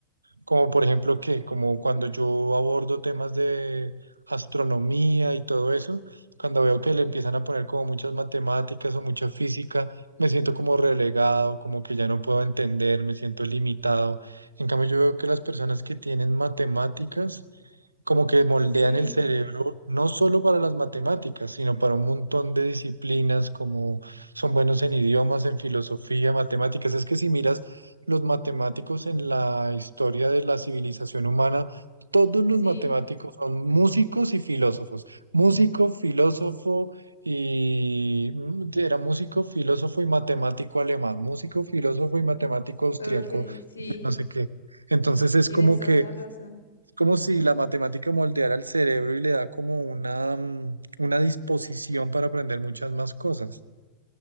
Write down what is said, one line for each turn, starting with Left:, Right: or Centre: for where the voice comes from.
Right: como por ejemplo que, como cuando yo abordo temas de astronomía y todo eso, cuando veo que le empiezan a poner como muchas matemáticas o mucha física, me siento como relegado, como que ya no puedo entender, me siento limitado. En cambio, yo veo que las personas que tienen matemáticas como que moldean
Left: ok,
Right: el cerebro no solo para las matemáticas, sino para un montón de disciplinas, como son buenos en idiomas, en filosofía, matemáticas. Es que si miras los matemáticos en la historia de la civilización humana, todos los
Left: sí,
Right: matemáticos son músicos y filósofos. Músico, filósofo y mm, era músico, filósofo y matemático alemán, músico, filósofo y matemático austriaco,
Left: ok, sí,
Right: no sé qué. Entonces es
Left: tienes
Right: como
Left: toda
Right: que
Left: la razón.
Right: es como si la matemática moldeara el cerebro y le da como una, mm, una disposición para aprender muchas más cosas.